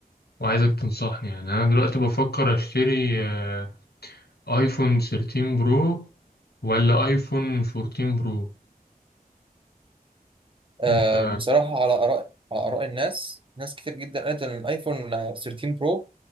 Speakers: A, on the left (about 85°); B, on the right (about 35°).
A: وعايزك تنصحني يعني انا دلوقتي بفكر اشتري آه، ايفون 13 برو ولا ايفون 14 برو
B: آه
A: انت
B: بصراحة على آراء على آراء الناس ناس كتير جدا قالت ان الايفون آه، 13 برو